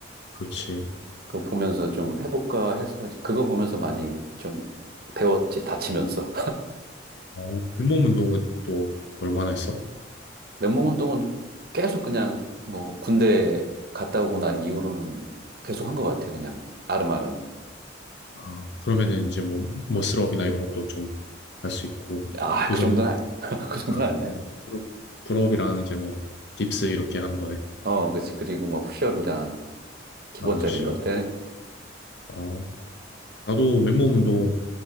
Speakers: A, on the left; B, on the right.
A: 그렇지.
B: 그거 보면서 좀
A: 아,
B: 해볼까 해서 이제 그거 보면서 많이 좀 배웠지, 다치면서.
A: 어, 맨몸 운동은 또 얼마나 했어?
B: 맨몸 운동은 계속 그냥 뭐 군대 갔다 오고 난 이후로는 계속 한 것 같아. 그냥 아름아름.
A: 아, 그러면은 이제 뭐, 머슬업이나 이런 것도 좀 할 수 있고,
B: 아,
A: 그
B: 그
A: 정도,
B: 정도는 아니야. <laughs> 그 정도는
A: 아,
B: 아니야.
A: 네. 풀업- 풀업이랑 이제 뭐, 딥스 이렇게 하는 거네.
B: 어, 그치. 그리고 뭐 푸시업이랑 기본적인
A: 아, 푸시업.
B: 것들.
A: 어, 나도 맨몸 운동